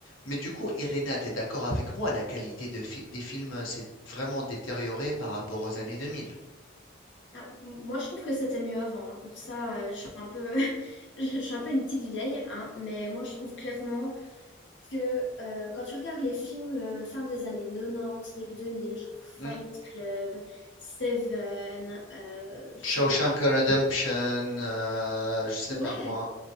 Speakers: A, on the left; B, on the left.
A: Mais du coup, Irina, t'es d'accord avec moi, la qualité de fi- des films euh, s'est vraiment détériorée par rapport aux années 2000.
B: Ah, moi, je trouve que c'était mieux avant. hein. Pour ça, euh, je suis un peu, <laughs> je suis un peu une petite vieille, hein, mais moi, je trouve clairement que euh, quand tu regardes les films euh, fin des années 90, début 2000, genre Fight
A: Hmm,
B: Club, Seven, euh, je
A: Shawshank
B: sais pas.
A: Redemption,
B: euh,
A: euh, je sais
B: Ouais,
A: pas moi.